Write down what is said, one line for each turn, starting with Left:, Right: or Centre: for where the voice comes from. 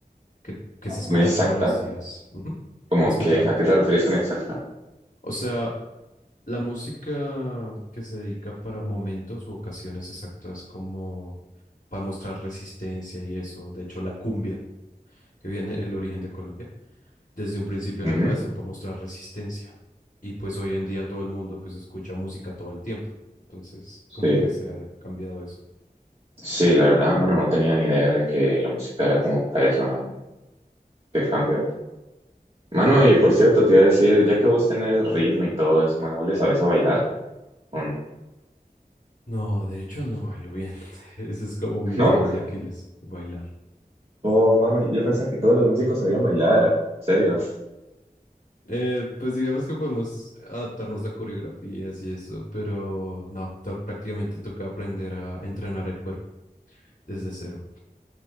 Left: que, que se escucha
Right: muy exacta.
Left: todos los días. ujú, Va
Right: Como
Left: a escuchar,
Right: que, ¿a qué te referís con exacta?
Left: o sea, la música que se dedica para momentos u ocasiones exactas como para mostrar resistencia y eso. De hecho, la cumbia, que viene del origen de Colombia desde un principio
Right: Ujú.
Left: era para eso, para mostrar resistencia. Y pues hoy en día todo el mundo pues escucha música todo el tiempo. Entonces,
Right: Sí.
Left: como que se ha cambiado eso.
Right: Sí, la verdad, mano, no tenía ni idea de que la música era como para eso, mano. Qué cambio. Mano, y por cierto, te iba a decir, ya que vos tenés ritmo y todo eso, mano, ¿vos le sabés a bailar? ¿O no?
Left: No, de hecho no bailo bien. <laughs> Ese es como mi
Right: ¿No?
Left: telón de Aquiles, bailar.
Right: Oh, mano, yo pensaba que todos los músicos sabían bailar. ¿Serio?
Left: Eh, pues digamos que podemos adaptarnos a coreografías y eso, pero no, to- prácticamente toca aprender a entrenar el cuerpo desde cero.